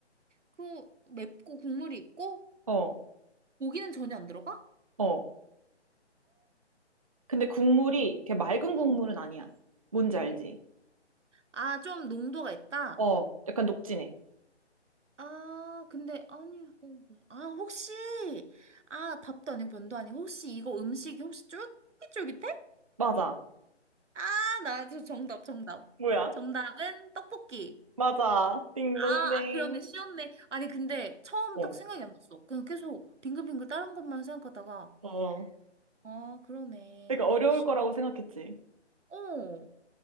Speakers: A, on the right; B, on the right.
A: 그, 맵고 국물이 있고?
B: 어.
A: 고기는 전혀 안 들어가?
B: 어. 근데 국물이 이렇게 맑은
A: 어.
B: 국물은 아니야. 뭔지 알지?
A: 아, 좀 농도가 있다?
B: 어. 약간 녹진해.
A: 아, 근데, 아니, 어, 뭐- 아, 혹시, 아, 밥도 아니고 면도 아니고, 혹시 이거 음식이 혹시 쫄깃쫄깃해?
B: 맞아.
A: 아, 나 저 정답, 정답.
B: 뭐야?
A: 정답은 떡볶이.
B: 맞아. 띵동댕.
A: 아, 아, 그러네. 쉬었네. 아니, 근데 처음
B: 어.
A: 딱 생각이 안 났어. 그냥 계속 빙글빙글 다른 것만 생각하다가,
B: 어.
A: 아, 그러네.
B: 그러니까 어려울
A: 쉬...
B: 거라고 생각했지.
A: 어,